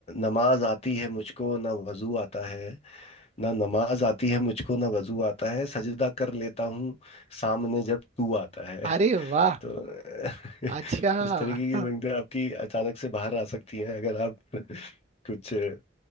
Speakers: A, on the left (about 30°); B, on the right (about 35°).
A: नमाज आती है मुझको ना वजू आता है ना नमाज आती है मुझको ना वजू आता है सजदा कर लेता हूँ सामने जब तू आता है
B: अरे वाह
A: <laughs> तो अ, <laughs>
B: अच्छा
A: इस तरीके की
B: <laughs>
A: पंक्तियां आपकी अचानक से बाहर आ सकती हैं अगर आप <laughs> कुछ अ,